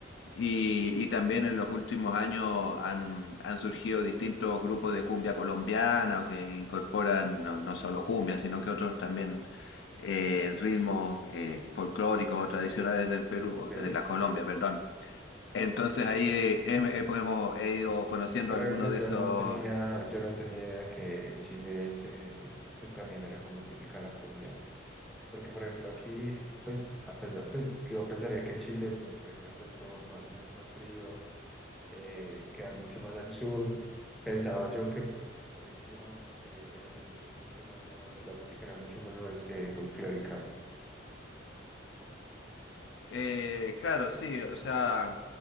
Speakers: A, on the left (about 65°); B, in the centre.
A: Y, y también en los últimos años han, han surgido distintos grupos de cumbia colombiana o que incorporan no, no solo cumbia, sino que otros también eh, ritmos eh, folclóricos o tradicionales del Perú, o
B: Eh,
A: de la Colombia, perdón. Entonces ahí eh, he- he- hemos he ido conociendo
B: por
A: algunos
B: ejemplo,
A: de
B: yo
A: esos
B: no tenía, yo no tenía idea que en Chile se, pues también era como típica la cumbia, porque por ejemplo aquí pues a pesar, pues yo pensaría que Chile por ser de pronto más- mucho más frío eh, quedar mucho más al sur. Pensaba yo que, por ejemplo, por el clima, eh, era de pronto mucho menos, la música era mucho menos eh, folclórica.
A: Eh, claro, sí, o sea,